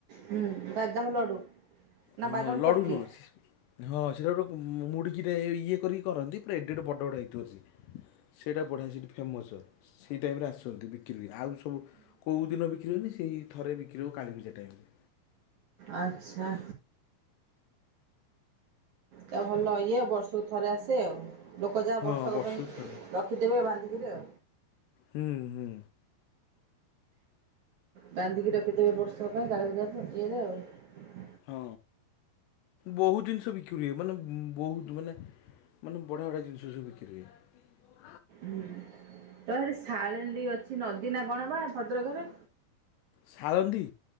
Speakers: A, on the right; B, on the left.
A: ହୁଁ। ବାଦାମ ଲଡୁ ନା
B: ହଁ
A: ବାଦାମ
B: ଲଡୁ
A: ଚକି।
B: ନଉଛି ହଁ। ସେଇଟା ଗୋଟେ ମୁଡ଼ିକିଟା ଇଏ କରିକି କରନ୍ତି। ପୁରା ଏଡେ ଏଡେ ବଡ ବଡ ହେଇଥିବ ସେ ସେଇଟା ବଢିଆ ସେଇଠି ଫେମସ ସେଇ ଟାଇମ ରେ ଆସୁଛନ୍ତି ବିକ୍ରି ଆଉ ସବୁ କୋଉ ଦିନ ବିକ୍ରି ହୁଏନି। ସେଇ ଥରେ ବିକ୍ରି ହୁଏ କାଳିପୂଜା ଟାଇମରେ
A: ଆଚ୍ଛା। ତା ଭଲ ଇଏ ବର୍ଷକୁ ଥରେ ଆସେ ଆଉ ଲୋକ ଯାହା
B: ହଁ
A: ବର୍ଷକ
B: ବର୍ଷକୁ
A: ପାଇଁ
B: ଥରେ।
A: ରଖିଦେବେ ବାନ୍ଧି <unintelligible>
B: ହୁଁ ହୁଁ।
A: ବାନ୍ଧିକି ରଖିଦେବେ ବର୍ଷ ପାଇଁ କାଳିପୂଜା ଇଏରେ ଆଉ
B: ହଁ ବହୁତ ଜିନିଷ ବିକ୍ରି ହୁଏ। ମାନେ ବହୁତ ମାନେ ମାନେ ବଢିଆ ବଢିଆ ଜିନିଷବୁ ବିକ୍ରି ହୁଏ।
A: ହୁଁ ସାଡେ ଶାଳନ୍ଦୀ ଅଛି ନଦୀ ନା କଣ ବା ଭଦ୍ରକରେ?
B: ସାଳନ୍ଦୀ?